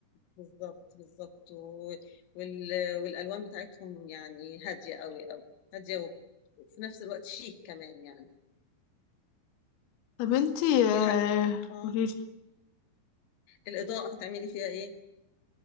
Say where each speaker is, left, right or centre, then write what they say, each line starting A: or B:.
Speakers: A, on the left; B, on the left.
A: بالظبط بالظبط و- وال... والألوان بتاعتهم يعني هادية قوي قوي هادية وفي نفس الوقت شيك كمان يعني
B: طب انتي
A: ويح...
B: آه،
A: اه
B: قوليلي
A: الإضاءة هتعملي فيها إيه؟